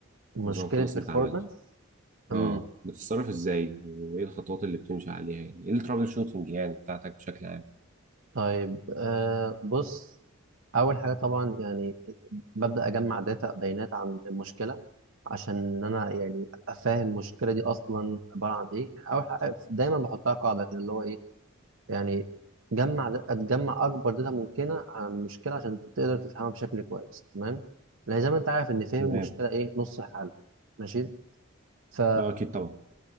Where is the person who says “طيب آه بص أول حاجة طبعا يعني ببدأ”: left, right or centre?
Right